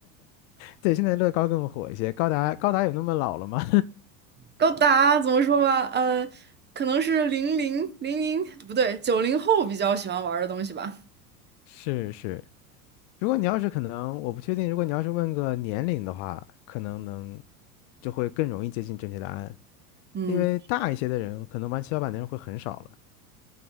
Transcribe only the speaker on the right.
高达怎么说吧，呃，可能是零零零零不对，九零后比较喜欢玩儿的东西吧。
嗯，